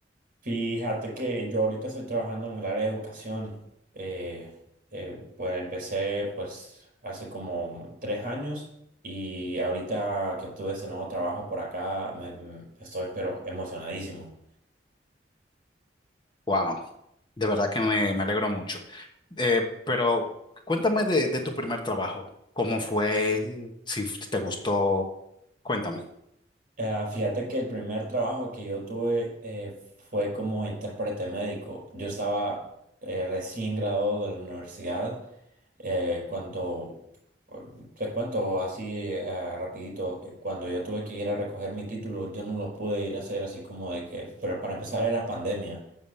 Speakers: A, on the right; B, on the left.
A: Fíjate que yo ahorita estoy trabajando en el área de educación. Eh, eh, pues empecé pues hace como tres años y ahorita que obtuve este nuevo trabajo por acá me, me- estoy pero emocionadísimo.
B: Wow, de verdad que me, me alegro mucho. Eh, pero cuéntame de, de tu primer trabajo. ¿Cómo fue? Si te gustó, cuéntame.
A: Ah, fíjate que el primer trabajo que yo tuve eh, fue como intérprete médico. Yo estaba eh, recién graduado de la universidad eh, cuando, um, te cuento así eh, rapidito, eh, cuando yo tuve que ir a recoger mi título, yo no lo pude ir a hacer así como de que, pero para empezar era pandemia